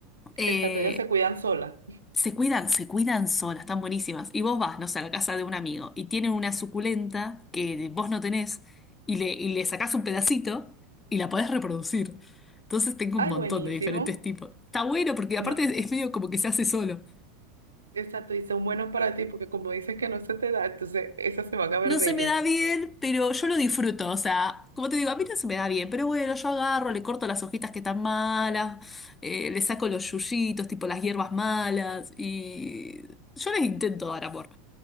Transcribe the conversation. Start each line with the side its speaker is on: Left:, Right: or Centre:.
Left: Eh,
Right: Exacto, ellas se cuidan solas.
Left: se cuidan, se cuidan solas, están buenísimas. Y vos vas, no sé, a la casa de un amigo y tienen una suculenta que vos no tenés y le, y le sacás un pedacito y la podés reproducir. Entonces tengo
Right: Ay,
Left: un montón
Right: buenísimo.
Left: de diferentes tipos. Está bueno porque aparte
Right: No,
Left: es medio como que se hace solo.
Right: exacto, y son buenos para ti porque como dices que no se te da, entonces esas se van a ver
Left: No
Right: bellas.
Left: se me da bien, pero yo lo disfruto. O sea, como te digo, a mí no se me da bien, pero bueno, yo agarro, le corto las hojitas que están malas, eh, le saco los yuyitos, tipo las hierbas malas, y yo les intento dar amor.